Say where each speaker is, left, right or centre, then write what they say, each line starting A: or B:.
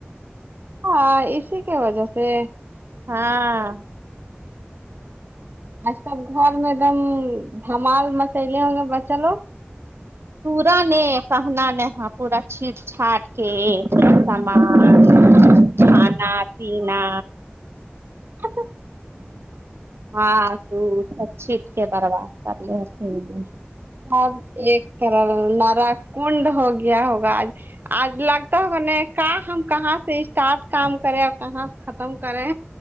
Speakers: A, on the right; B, on the right.
A: ہاں اسی کے وجہ سے
B: ہاں
A: آج سب گھر میں دم دھمال بچا رہے ہوں گے بچہ لوگ
B: پورانے کہنا نے پورا چٹ چاٹ کے سامان کھانا پینا
A: <unintelligible>
B: ہاں تو سب چیٹ کے برباد کر لیے <unintelligible>
A: آب ایک کرل نرا کنڈ ہو گیا ہوگا آج آج لگتا ہوگا نہیں کا ہم کہاں سے اسٹارٹ کام کریں اور کہاں سے ختم کریں